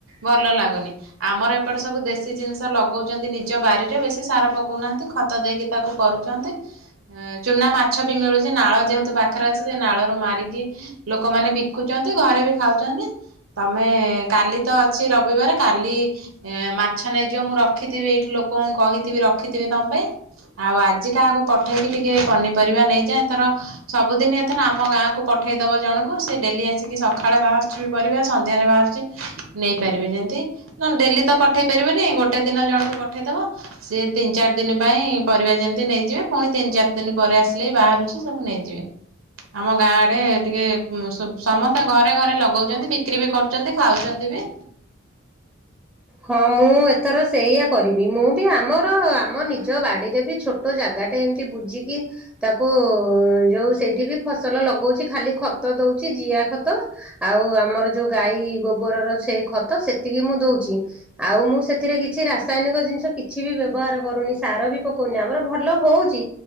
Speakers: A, on the right; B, in the centre.
A: ଭଲ ଲାଗୁନି। ଆମର ଏପଟେ ସବୁ ଦେଶୀ ଜିନିଷ ଲଗଉଚନ୍ତି ନିଜ ବାରିରେ। ବେଶୀ ସାର ପକଉନାହାନ୍ତି ଖତ ଦେଇକି ତାକୁ କରୁ ଚନ୍ତି, ଅଁ, ଚୁନା ମାଛ ବି ମିଳୁଚି ନାଳ ଯେହେତୁ ପାଖରେ ଅଛି, ସେ ନାଳରୁ ମାରିକି ଲୋକମାନେ ବିକୁଚନ୍ତି, ଘରେ ବି ଖାଉଚନ୍ତି। ତୋମେ କାଲି ତ ଅଛି ରବିବାର କାଲି ଏଁ, ମାଛ ନେଇଯିବ ମୁଁ ରଖିଥିବି ଏଇଠି ଲୋକଙ୍କୁ କହିଥିବି ରଖିଥିବେ ତୋମ ପାଇଁ। ଆଉ ଆଜି କାହାକୁ ପଠେଇକି ଟିକେ ପନିପରିବା ନେଇଯା। ଏଥର ସବୁଦିନି ଏଥର ଆମ ଗାଁକୁ ପଠେଇ ଦବ ଜଣଙ୍କୁ, ସେ ଡେଲି ଆସିକି ସଖା ଖାଳେ ବାହାରୁଛି ବି ପରିବା, ସନ୍ଧ୍ୟାରେ ବାହାରୁଚି ନେଇପାରିବେ। ଯେମିତି ନା ଡେଲି ତ ପଠେଇ ପାରିବନି ଗୋଟେ ଦିନ ଜଣଙ୍କୁ ପଠେଇଦବ। ସିଏ ତିନ ଚାରି ଦିନ ପାଇଁ ପରିବା ଯେମିତି ନେଇଯିବେ, ପୁଣି ତିନ ଚାରି ଦିନ ପରେ ଆସିଲେ ବିି ବାହାରୁଛି ସବୁ ନେଇଯିବେ। ଆମ ଗାଁ ଆଡେ ଟିକେ ଉଁ, ସବ୍ ସମସ୍ତେ ଘର ରେ ଘରେ ଲଗଉଚନ୍ତି, ବିକ୍ରି ବି କରୁଚନ୍ତି, ଖାଉଚନ୍ତି ବି।
B: ହଁ ମୁଁ ଏଥର ସେଇଆ କରିବି, ମୁଁ ବି ଆମର ଆମ ନିଜ ବାଡିରେ ବି ଛୋ ଟ ଜାଗା ଟେ ଏମିତି ବୁଜିକି। ତାକୁ ଯୋଉ ସେଇଠି ବି ଫସଲ ଲଗଉଛି ଖାଲି ଖତ ଦଉଚି ଜିଆ ଖତ। ଆଉ ଆମର ଯୋଉ ଗାଈ ଗୋବରର ସେଇ ଖତ ସେତିକି ମୁଁ ଦଉଚି। ଆଉ ମୁଁ ସେଥିରେ କିଛି ରାସାୟନିକ ଜିନିଷ କିଛି ବି ବ୍ୟବହାର କରୁନି। ସାର ବି ପକଉନି ଆମର ଭଲ ହଉଚି।